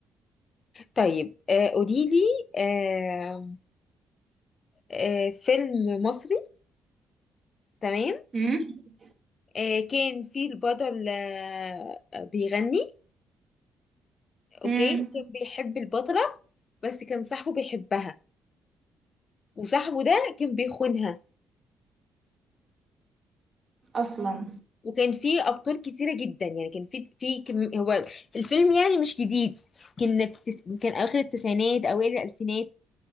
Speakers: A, on the left; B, on the right.
A: طيب آه، قولي لي آه، آه، فيلم مصري تمام
B: امم
A: آه، كان فيه البطل آه، بيغني اوكي
B: امم
A: وكان بيحب البطلة بس كان صاحبه بيحبها وصاحبه ده كان بيخونها
B: اصلا
A: وكان فيه أبطال كتيرة جدا يعني كان فيه في كم هو الفيلم يعني مش جديد كان في التس... كان آخر التسعينات أوائل الألفينات